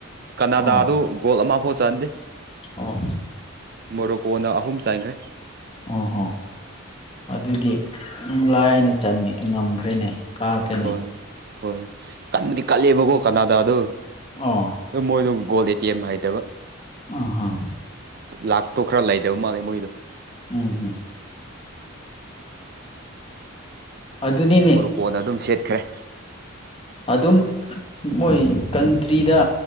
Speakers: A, on the right; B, on the left.
A: ꯀꯅꯥꯗꯥꯗꯨ
B: ꯑꯣ
A: ꯒꯣꯜ ꯑꯃꯐꯥꯎ ꯆꯍꯟꯗꯦ
B: ꯑꯣ
A: ꯃꯣꯔꯣꯀꯣꯅ ꯑꯍꯨꯝ ꯆꯥꯏꯈ꯭ꯔꯦ
B: ꯑꯣꯍꯣ ꯑꯗꯨꯗꯤ ꯂꯥꯏꯅ ꯉꯝꯈ꯭ꯔꯦꯅꯦ ꯀꯥꯈ꯭ꯔꯦꯅꯦ
A: ꯍꯣꯏ ꯍꯣꯏ ꯀꯟꯕꯨꯗꯤ ꯀꯠꯂꯦꯕꯀꯣ ꯀꯅꯥꯗ ꯑꯗꯣ
B: ꯑꯥ
A: ꯃꯣꯏꯗꯨ ꯒꯣꯜꯗ ꯑꯦ ꯇꯤ ꯑꯦꯝ ꯍꯥꯏꯗꯕ
B: ꯑꯥ ꯍꯥ
A: ꯂꯥꯛꯇꯣ ꯈꯔ ꯂꯩꯗꯕ ꯃꯥꯜꯂꯦ ꯃꯣꯏꯗꯣ
B: ꯎꯝ ꯎꯝ ꯑꯗꯨꯗꯤꯅꯦ
A: ꯀꯣꯟ ꯑꯗꯨꯝ ꯁꯦꯠꯈ꯭ꯔꯦ
B: ꯑꯗꯨꯝ ꯃꯣꯏ ꯀꯟꯇ꯭ꯔꯤꯗ